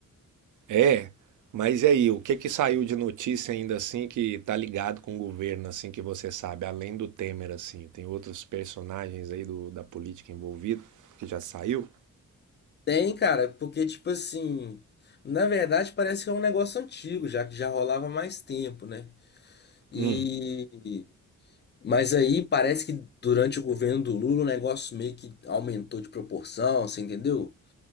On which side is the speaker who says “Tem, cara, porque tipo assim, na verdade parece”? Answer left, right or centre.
Left